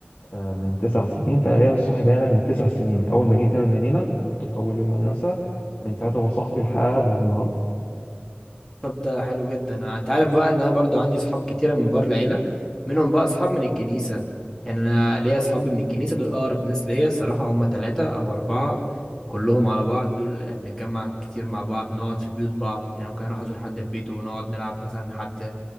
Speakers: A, on the left; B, on the left.
A: آه، من تسع سنين فأنا ليا صاحب هنا من تسع سنين من أول ما جيت هنا المدينة قابلته في أول يوم مدرسة من ساعتها هو صاحبي لحد النهاردة
B: طب ده حلو جدا أنا- انت عارف بقى ان انا برضو عندي اصحاب كتيره من بره العيله منهم بقى اصحاب من الكنيسه يعني انا ليا اصحاب من الكنيسه دول اقرب ناس ليا الصراحه هم ثلاثه او اربعه كلهم على بعض دول إحنا بنتجمع كتير مع بعض نقعد في بيوت بعض يعني ممكن اروح ازور حد في بيته ونقعد نلعب مثلا لحد